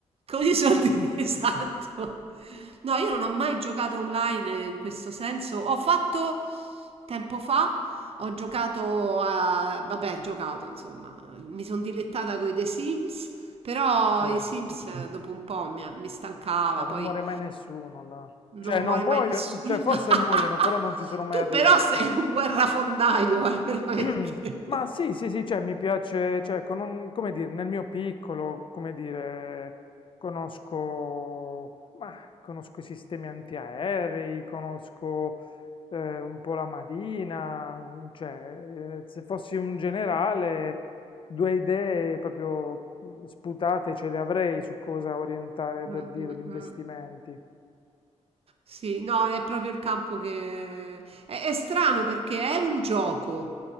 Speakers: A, on the right (about 55°); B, on the left (about 45°).
A: Con i soldi,
B: <laughs>
A: <laughs> esatto. No, io non ho mai giocato online in questo senso. Ho fatto tempo fa, ho giocato a... vabbè, giocato, insomma, mi sono dilettata con i The Sims, però
B: Sì. Beh,
A: i Sims eh, dopo un po' mi, mi stancava,
B: non
A: poi
B: muore mai nessuno là. Cioè,
A: non
B: no,
A: muore
B: muoiono,
A: mai nessuno.
B: cioè, forse
A: <laughs>
B: muoiono, però non ci sono mai
A: Tu
B: arrivati.
A: però sei un guerrafondaio, eh, veramente.
B: <clears throat>
A: <laughs>
B: Ma sì, sì, sì, cioè, mi piace, cioè, con un- come dire, nel mio piccolo, come dire, conosco, ma, conosco i sistemi antiaerei, conosco eh, un po' la marina, mm, cioè, eh, se fossi un generale, due idee proprio mm, sputate ce le avrei su cosa orientare per
A: Mm,
B: dire
A: mm,
B: gli investimenti.
A: mm. Sì, no, è proprio il campo che... È, è strano perché è un gioco,